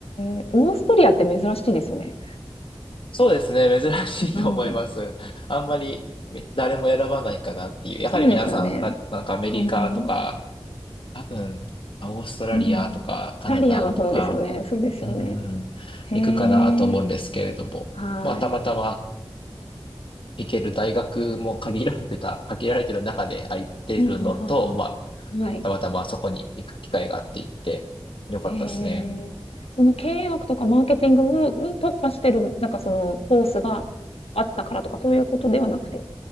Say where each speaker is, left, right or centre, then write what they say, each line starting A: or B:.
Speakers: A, on the left (about 80°); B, on the left (about 60°).
A: え。オーストリアって珍しいですよね。
B: そうですね、珍しいと思います。
A: はい。
B: あんまり誰も選ばないかなっていう。やはり皆さん、
A: そうですよね。
B: な、なんかアメリカとか、
A: うん。
B: 多分、オーストラリアとか、
A: うん。イタリアの方ですよね。
B: カナダとか、
A: そうですよね。
B: うんうん、
A: へ
B: 行くかなと思うんですけれども、
A: え、はい。
B: まあ、たまたま行ける大学も限られてた、<laughs> 限られてる中で空いてるのと、
A: うん、うん、うん。
B: まあ、
A: うんはい。
B: たまたまそこに行く機会があって行って、よかったですね。
A: へえ。その経営学とかマーケティングを、に特化してる、なんかそのコースがあったからとか、そういうことではなくて。